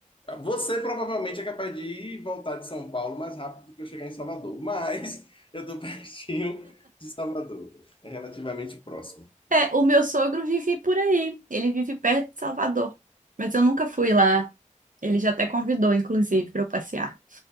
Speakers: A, on the left (about 40°); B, on the right (about 85°).
A: Você provavelmente é capaz de ir e voltar de São Paulo mais rápido do que eu chegar em Salvador, <laughs> mas eu estou <laughs> pertinho de Salvador. É relativamente próximo.
B: É, o meu sogro vive por aí. Ele vive perto de Salvador. Mas eu nunca fui lá. Ele já até convidou, inclusive, para eu passear.